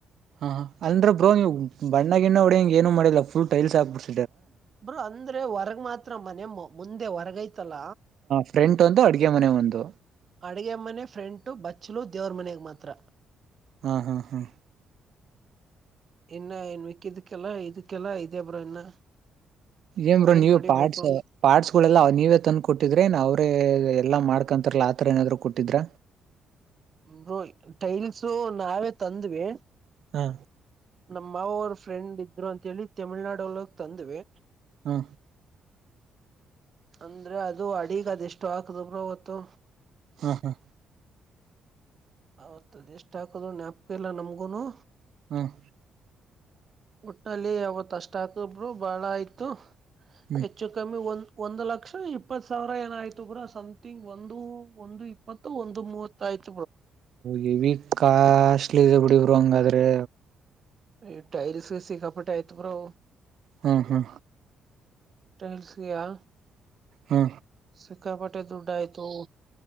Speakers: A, on the right; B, on the right.
A: ಹಾ ಹಾ ಅಂದ್ರೆ ಬ್ರೋ ನೀವು ಬಣ್ಣ ಗಿಣ್ಣ ಹೊಡ್ಯಾಂಗ್ ಏನು ಮಾಡಿಲ್ಲ ಫುಲ ಟೈಲ್ಸ್ ಹಾಕ್ಬಿಡ್
B: ಬ್ರೋ ಅಂದ್ರೆ ಹೊರಗ ಮಾತ್ರ ಮನೆ ಮು ಮುಂದೆ ಹೊರಗೈತಲ್ಲ.
A: ಫ್ರಂಟ್ ಒಂದು ಅಡ್ಗೆ ಮನೆ ಒಂದು
B: ಅಡಗೆಮ್ಮನೆ ಫ್ರೆಂಟು ಬಚ್ಚಲು ದೇವ್ರ ಮನೆಗೆ ಮಾತ್ರ.
A: ಹಾ ಹಾ ಹಾ.
B: ಇನ್ನ ಏನ್ ಮಿಕ್ಕಿದಕ್ಕೆಲ್ಲ ಇದಕ್ಕೆಲ್ಲ ಇದೆ ಬ್ರೋ ಇನ್ನ.
A: ಏನ್ ಬ್ರೋ
B: ಪೈಂಟ್
A: ನೀವ್
B: ಹೊಡಿಬೇಕು
A: ಪಾರ್ಟ್ಸ್ ಪಾರ್ಟ್ಸ್ ಗಳೆಲ್ಲ ನೀವೇ ತಂದ ಕೊಟ್ಟಿದ್ರಿ ಏನ್ ಅವ್ರ ರಿ ಎಲ್ಲಾ ಮಾಡ್ಕೊಂತಾರಲ್ಲ ಆತರ ಏನಾದ್ರು ಕೊಟ್ಟಿದ್ರ.
B: <unintelligible> ಟೈಲ್ಸು ನಾವೇ ತಂದ್ವಿ.
A: ಹಾ
B: ನಮ ಮಾವ ಅವ್ರ ಫ್ರೆಂಡ್ ಇದ್ರು ಅಂತೇಳಿ ತಮಿಳ್ನಾಡಲ್ಲೋಗ ತಂದ್ವಿ.
A: ಹಾ
B: ಅಂದ್ರೆ ಅದು ಅಡಿಗ ಅದೆಷ್ಟು ಹಾಕ್ದ ಬ್ರೋ ಅವತ್ತು.
A: ಹಾ ಹಾ
B: ಅವತ್ತ ಅದ ಎಷ್ಟ ಹಾಕದ್ ನ್ಯಾಪ್ಕಾ ಇಲ್ಲ ನಮ್ಗುನೂ.
A: ಹ್ಮ್
B: ಒಟ್ಟಲ್ಲಿ ಅವತ್ ಅಷ್ಟ ಹಾಕ್ದ ಬ್ರೋ ಬಾಳ ಆಯ್ತು
A: ಹ್ಮ್
B: ಹೆಚ್ಚು ಕಮ್ಮಿ ಒಂದ ಒಂದು ಲಕ್ಷ ಇಪ್ಪತ್ತು ಸಾವಿರ ಏನಾಯ್ತು ಬ್ರೋ ಸಮ್ಥಂಗ್ ಒಂದು ಒಂದು ಇಪ್ಪತ್ತು ಒಂದು ಮೂವತ್ತಾಯ್ತು.
A: ಹೇವಿ ಕಾಷ್ಟಟ್ಲಿ ಇದೆ ಬಿಡಿ ಬ್ರೋ ಹಂಗಾದ್ರೇ.
B: ಈ ಟೈಲ್ಸ್ ಸಿಕ್ಕ ಪಟ್ಟೆ ಆಯ್ತು ಬ್ರೋ.
A: ಹ್ಮ್ ಹಾ.
B: ಟೈಲ್ಸೆಗೆಯ.
A: ಹಾ.
B: ಸಿಕ್ಕಾಪಟ್ಟೆ ದುಡ್ಡ ಆಯ್ತು.